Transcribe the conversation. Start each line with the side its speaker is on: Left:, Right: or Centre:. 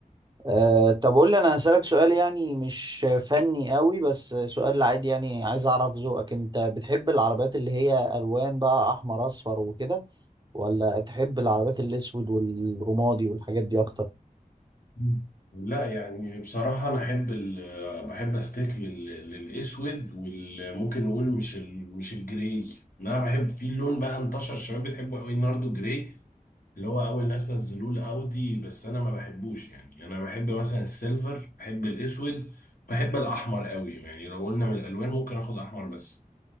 Right: أه طب قول لي انا هسألك سؤال يعني مش فني قوي بس سؤال عادي يعني عايز اعرف ذوقك انت بتحب العربيات اللي هي الوان بقى احمر اصفر وكده ولا تحب العربيات الاسود والرمادي والحاجات دي اكتر
Left: مم. لا يعني بصراحة أنا أحب ال بحب أستيك لل- للأسود وممكن نقول مش ال مش الجراي أنا بحب في لون بقى انتشر الشباب بتحبه أوي الناردو جراي اللي هو أول ناس نزلوه الأودي بس أنا ما بحبوش يعني أنا بحب مثلا السيلفر بحب الأسود بحب الأحمر أوي يعني لو قلنا من الألوان ممكن آخد أحمر بس